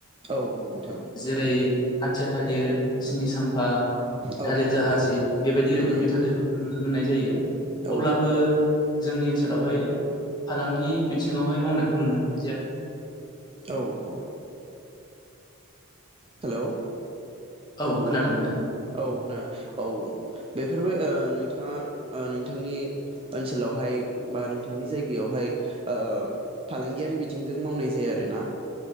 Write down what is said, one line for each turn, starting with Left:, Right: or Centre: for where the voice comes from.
Right: औ औ नोंथां
Left: जेरै आथिया थालिर स्नि साम ओ
Right: औ
Left: थालिर जाहाजि बेबायदि
Right: उम
Left: रोखोमनि
Right: उम
Left: थालिरफोरखौ नुन मोननाय जायो।
Right: औ
Left: अब्लाबो जोंनि ओनसोलावहाय फालांगि बिथिङावहाय मावनायखौ नुनो मोनो जों
Right: औ औ। हेलौ
Left: औ खोनादों नोंथां।
Right: औ खोना औ बेफोरबो ओ नोंथाङा ओ नोंथांनि ओनसोलावहाय बा नोंथांनि जायगायावहाय ओ फालांगियारि बिथिंजों मावनाय जाया आरोना।